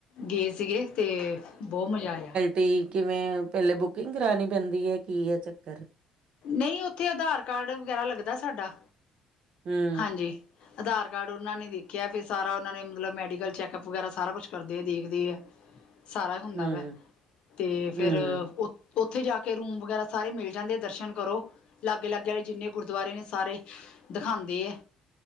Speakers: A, on the left (about 65°); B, on the right (about 55°).
A: ਗਏ ਸੀਗੇ। ਤੇ ਬਹੋਤ ਮਜ਼ਾ ਆਇਆ।
B: ਤੇ ਕਿਵੇਂ ਪੇਹਲੇ ਬੁਕਿੰਗ ਕਰਵਾਉਣੀ ਪੈਂਦੀ ਹੈ, ਕੀ ਹੈ ਚੱਕਰ
A: ਨਹੀਂ ਉੱਥੇ ਆਧਾਰ ਕਾਰਡ ਵਗੈਰਾ ਲੱਗਦਾ ਸਾਡਾ,
B: ਹਮ
A: ਹਾਂਜੀ ਆਧਾਰ ਕਾਰਡ ਓਹਨਾਂ ਨੇ ਵੇਖੇਆ ਫੇਰ ਸਾਰਾ ਓਹਨਾਂ ਨੇ ਮਤਲਬ ਮੈਡੀਕਲ ਚੈੱਕਅੱਪ ਵਗੈਰਾ ਸਾਰਾ ਕੁਛ ਕਰਦੇ ਆ ਦੇਖਦੇ ਆ। ਸਾਰਾ ਹੁੰਦਾ
B: ਹਮ
A: ਵਾ, ਤੇ ਫੇਰ
B: ਹਮ
A: ਓ ਓੱਥੇ ਜਾ ਕੇ ਰੂਮ ਵਗੈਰਾ ਸਾਰੇ ਮਿਲ ਜਾਂਦੇ ਦਰਸ਼ਨ ਕਰੋ ਲਾਗੇ-ਲਾਗੇ ਆਲੇ ਜਿੰਨੇ ਗੁਰਦੁਆਰੇ ਨੇ ਸਾਰੇ, ਦਖਾਂਦੇ ਐ।